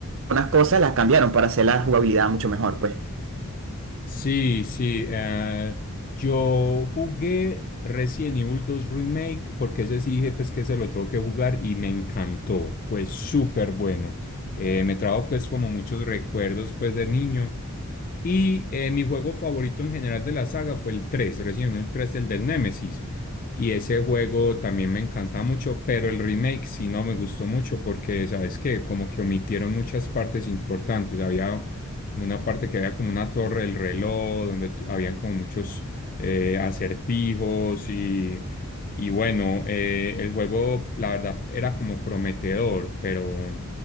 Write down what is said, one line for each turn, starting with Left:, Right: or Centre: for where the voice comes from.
Right: algunas cosas las cambiaron para hacer la jugabilidad mucho mejor, pues.
Left: Sí, sí. eh, yo jugué Resident Evil dos Remake porque ese sí dije pues que se lo tengo que jugar y me encantó. Fue súper bueno. Eh, me trajo pues como muchos recuerdos pues de niño. Y eh, mi juego favorito en general de la saga fue el 3, Resident Evil tres, el del Nemesis. Y ese juego también me encantaba mucho, pero el remake sí no me gustó mucho porque, ¿sabes qué? Como que omitieron muchas partes importantes. Había como una parte que había como una torre del reloj, donde tu- habían como muchos eh, acertijos y, y bueno, eh, el juego la verdad era como prometedor, pero,